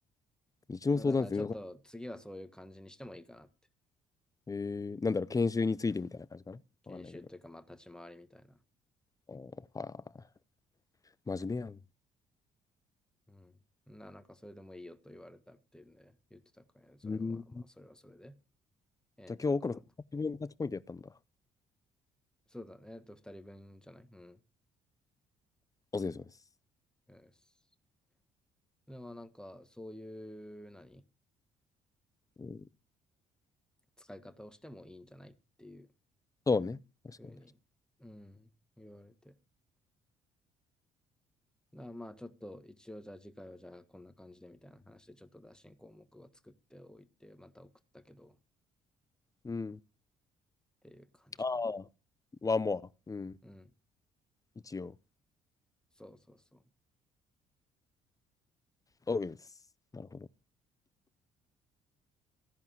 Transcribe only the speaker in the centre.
まあだからちょっと次はそういう感じにしてもいいかなって。
研修というかまあ立ち回りみたいな。
うん。な、なんかそれでもいいよと言われたっていうんで言ってたからね。それはまあまあそれはそれで
ええんちゃうかなと。
そうだね。えっと、二人分じゃないうん。
よしでもなんかそういう何
使い方をしてもいいんじゃないっていう
ふうに、うん、言われて。だからまあちょっと一応じゃあ次回はじゃあこんな感じでみたいな話でちょっと打診項目は作っておいてまた送ったけどっ
ていう感じかな。
うん。
そうそうそう。